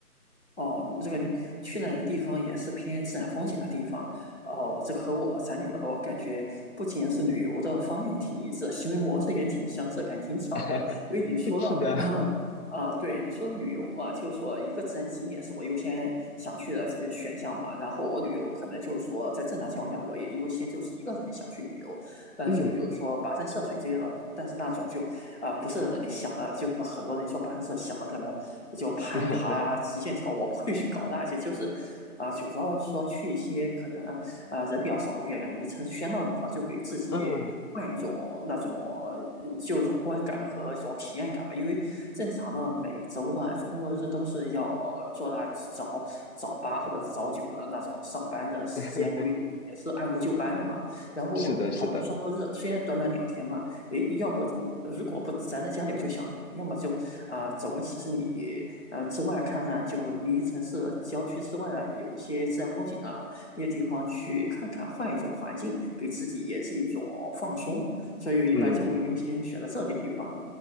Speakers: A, on the left; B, on the left.
A: 哦，这个去那些地方也是偏自然风景的地方，哦，这和我咱俩的我感觉不仅是旅游的方向挺一致，行为模式也挺相似，感觉挺巧的。
B: <laughs>
A: 因为你说到，
B: 是的，
A: <clears throat> 啊，对，你说旅游嘛，就是说一个自然景点是我优先想去的呃选项嘛，然后我旅游可能就是说在正常情况下，我也优先就是一个人想去旅游，呃，
B: 嗯，
A: 就比如说跋山涉水这些的，但是那种就啊、呃不是你想的，就是说很多人说攀石想的可能就攀爬呀、
B: <laughs>
A: 极限跳，我不会去搞那些，就是啊，就主要是说去一些可能啊呃人比较少、远离城市喧闹的地方，就给自己。
B: 嗯。
A: 换一种那种呃就一种观感和一种体验感吧，因为正常的每周吧，就工作日都是要做那早早八或者早九的那种上班的时间规律，
B: <laughs>
A: 也是按部就班的嘛。然后好不容易双休日，
B: 是的，是的，
A: 虽然短短两天嘛，诶，要不如果不宅在家里，我就想着，要么就啊、呃走个几十里呃之外，看看就离城市郊区之外啊，有一些自然风景啊，一些地方去看看，换一种环境，给自己也是一种放松。所以一般就会优先选择这些地方。
B: 嗯，